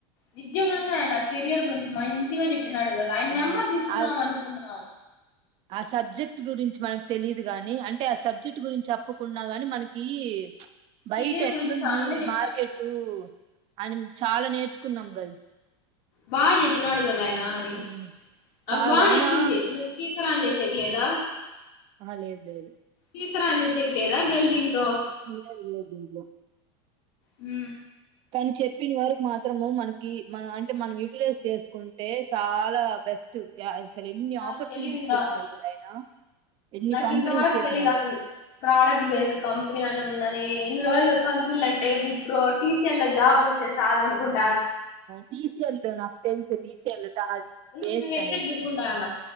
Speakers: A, on the left; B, on the right.
A: నిజ్జంగానే ఆయన కెరియర్ గురించి మంచిగా చెప్ చెప్పినడు గల్ ఆయన
B: ఆ
A: నెంబర్ తీసుకుందాం
B: ఆ
A: అనుకున్నా
B: ఆ సబ్జెక్ట్ గురించి మనకు తెలిదు గాని అంటే ఆ సబ్జెక్ట్ గురించి చెప్పకున్నా గాని మనకి బయట్
A: కెరియర్
B: ఎట్లుంది
A: గురించి చాలానే చెప్పినాడు
B: మార్కెటు అని చాలా నేర్చుకున్నాం గల్
A: బా చెప్పినాడు గల్ అయిన అది
B: ఉమ్,
A: నాకు
B: కాదు
A: బాగా
B: అయినా
A: నచ్చింది స్పీకర్ ఆన్ చేసేకి లేదా
B: ఆ లేదు లేదు
A: స్పీకర్ ఆన్ చేసేకి లేదా గల్ దీంతో
B: బట్ పూజాది లేదు దీంట్లో.
A: హు
B: కానీ చెప్పిన వరకు మాత్రము మనకి, మన అంటే మనం యూటిలైజ్ చేసుకుంటే చాలా బెస్ట్. ఎన్ని
A: నాకు
B: ఆపర్చునిటీస్
A: తెలీదు ఇంత
B: చెప్పినాడు కదా ఆయన. ఎన్ని
A: నాకు
B: కంపెనీస్
A: ఇంతవరకు
B: చెప్పినాడు
A: తెలీదు అసలు. ప్రోడక్ట్ బేస్డ్ కంపెనీ అని ఉందని ఇన్ని రోజలు. కంపెనీలు అంటే విప్రో టీ సీ ఎల్ లో జాబ్ వస్తే చాలనుకుంట
B: టి సి ఎల్ లో నాకు తెలుసు టిసియాలు అది వేస్ట్
A: నేను హెడ్సెట్
B: అనేసి.
A: పెట్టుకుంటాన్న